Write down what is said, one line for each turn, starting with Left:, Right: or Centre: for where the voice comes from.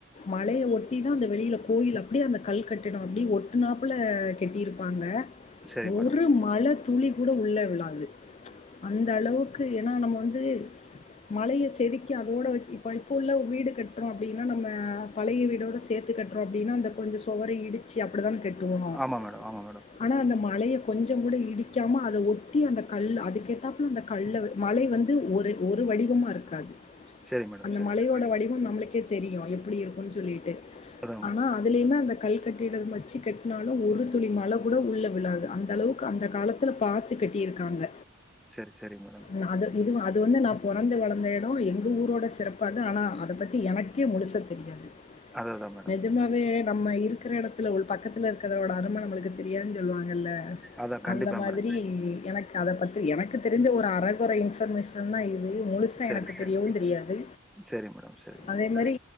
Left: மலையை ஒட்டி தா அந்த வெளியில கோயில அப்டி அந்த கல் கட்டிடம் அப்டி ஒட்டு நாப்புல கட்டிருப்பாங்க
Centre: சரி மேடம்
Left: ஒரு மழ துளி கூட உள்ள விழாது ம்ச் அந்த அளவுக்கு ஏன்னா நம்ம வந்து மழைய செதுக்கி அதோட வச்சு இப்ப இப்ப உள்ள வீடு கட்டுறோம் அப்டின்னா நம்ம பழைய வீடோட சேத்து கட்டுறோம் அப்டின்னா அந்த கொஞ்சோ சுவர இடிச்சு அப்டித்தான கட்டுவோம்
Centre: ஆமா மேடம் ஆமா மேடம்
Left: ஆனா அந்த மலைய கொஞ்சோ கூட இடிக்காம அத ஒட்டி அந்த கல் அதுக்கேத்தாப்பல அந்த கல்ல மலை வ ந்து ஒரு ஒரு வடிவமா இருக்காது ம்ச்
Centre: சரி மேடம்
Left: அந்த
Centre: சரி
Left: மலையோட
Centre: மேடம்
Left: வடி வம் நம்மளுக்கே தெரியு எப்டி இருக்கும்ன்னு சொல்லிட்டு
Centre: அதா மேடம்
Left: ஆனா அதுலேயுமே அந்த கல் கட்டிட வச்சு கட்டினாலும் ஒரு துளி மழ கூட உள்ளே விழாது அந்த அளவுக்கு அந்த காலத் தில பாத்துக்கட்டி இருக்காங்க
Centre: செரி செரி மேடம்
Left: நா அதற்கு இது அது இது வந்து நான் பொறந்து வளர்ந்த இடம் எங்கள் ஊரோட சிறப்பாது ஆனா அத பத்தி எனக்கே முழுச தெரியாது
Centre: அது அதா மேம்
Left: நெஜமாவே நம்ம இருக்கிற எடத்துல உள் பக்கத்துல இருக்கரதோட அரும நம்மளுக்கு தெரியான் சொல்லுவாங்கல்ல
Centre: அதா கண்டிப்பா
Left: அந்த மாதிரி
Centre: மேடம்
Left: எனக் அத பற்றி எனக்கு தெரிஞ்ச ஒரு அரகுறை இன்ஃபர்மேஷன் தா இது முழுசா
Centre: சரி
Left: எனக்கு
Centre: சரி
Left: தெரியவு தெரியாது
Centre: சரி மேடம் சரி மேடம்
Left: அதே மாதிரி